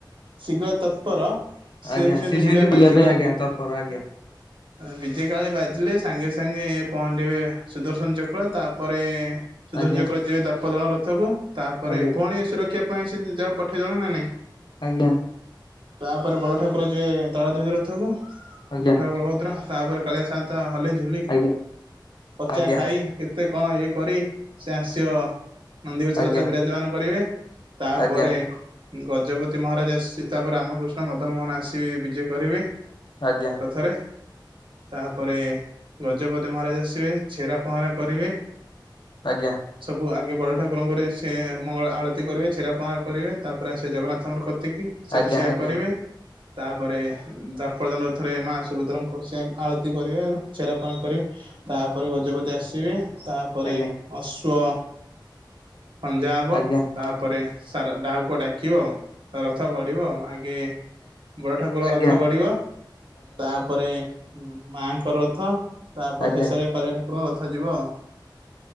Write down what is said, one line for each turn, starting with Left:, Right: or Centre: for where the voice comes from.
Right: ଶୀଘ୍ର ତ ତର, ସେ
Left: ଆଜ୍ଞା
Right: ବି ସେମିତି
Left: ସିଏ
Right: ବୁଲିବା ପାଇଁ, ଶୀଘ୍ର ତର,
Left: ଆଜ୍ଞା
Right: ତର।
Left: ତତ୍ପର ଆଜ୍ଞା
Right: ବିଜେ କାଳି ବାଜିଲେ, ସାଙ୍ଗେ ସାଙ୍ଗେ ପହଣ୍ଡେଇବେ ସୁଦର୍ଶନ ଚକ୍ର। ତାପରେ ସୁଧର
Left: ଆଜ୍ଞା
Right: ଚକ୍ର ଯିବେ ଦର୍ପଦନ ରଥକୁ। ତାପରେ
Left: ଆଜ୍ଞା
Right: ଭଉଣୀ ସୁରକ୍ଷା ପାଇଁ, ସେ ଯାହା ପଠେଇ ଜଣ ନା ନାଇଁ
Left: ଆଜ୍ଞା
Right: ତାପରେ ବଡ଼ ଠାକୁର ଯିବେ ତାଳ ଧ୍ୱଜ ରଥକୁ।
Left: ଆଜ୍ଞା
Right: ବଡ଼ ଠାକୁର ବଳଭଦ୍ର ତାପରେ, କାଳିଆ ସାନ୍ତ ହଲେଇ, ଝୁଲି।
Left: ଆଜ୍ଞା
Right: କଚା
Left: ଆଜ୍ଞା
Right: ଖାଇ, କେତେ କଣ, ଇଏ କରି ସେ ଆସିବ। ନନ୍ଦୀଗୋଷ
Left: ଆଜ୍ଞା
Right: ରଥରେ, ବିରାଜମାନ କରିବେ। ତାପରେ
Left: ଆଜ୍ଞା ଆଜ୍ଞା
Right: ଗଜପତି ମହାରାଜ ଆସ- ତାପରେ ରାମକୃଷ୍ଣ, ମଦନ ମୋହନ ଆସିବେ। ବିଜେ କରିବେ
Left: ଆଜ୍ଞା
Right: ରଥରେ। ତାପରେ, ଗଜପତି ମହାରାଜ ଆସିବେ। ଛେରା ପହଁରା କରିବେ।
Left: ଆଜ୍ଞା
Right: ସବୁ ଆ ଇଏ ବଡ଼ ଠାକୁରଙ୍କରେ, ସେ ମଙ୍ଗଳ ଆଳତି କରିବେ। ଚ୍ଛେରା ପହରା କରିବେ। ତାପରେ ସେ ଆସିବେ ଜଗନ୍ନାଥଙ୍କର କ ତିକି, ସେଠି
Left: ଆଜ୍ଞା
Right: ସେଆ
Left: ଆଜ୍ଞା ଆଜ୍ଞା ଆଜ୍ଞା
Right: କରିବେ। ତାପରେ ଦର୍ପଦନ ରଥରେ ମା ସୁଭଦ୍ରାଙ୍କ କୋ ସେ ଆଳତି କରିବେ। ଛେରା ପହଁରା କରିବେ। ତାପରେ ଗଜପତି ଆସିବେ। ତାପରେ
Left: ଆଜ୍ଞା
Right: ଅଶ୍ୱ ଖଞ୍ଜା ହବ
Left: ଆଜ୍ଞା
Right: ତାପରେ ସାର ଡାଉକୁ ଡାକିବ ଆଉ। ତା ରଥ ଗଢିବ ଆ ଆଗେ ବଡ ଠାକୁର
Left: ଆଜ୍ଞା
Right: ରଥ ଗଢିବ ତାପରେ ହଁ ମାଆଙ୍କର ରଥ ତାପରେ
Left: ଆଜ୍ଞା
Right: ଶେଷରେ କାଳିଆ ଠାକୁରଙ୍କ ରଥ ଯିବ ଆଉ।